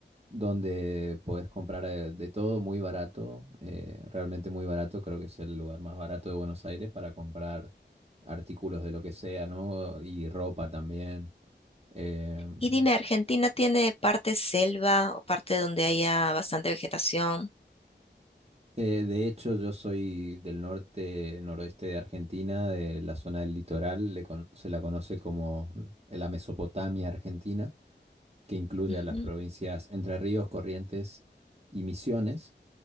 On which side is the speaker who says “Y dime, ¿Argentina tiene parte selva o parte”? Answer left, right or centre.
Left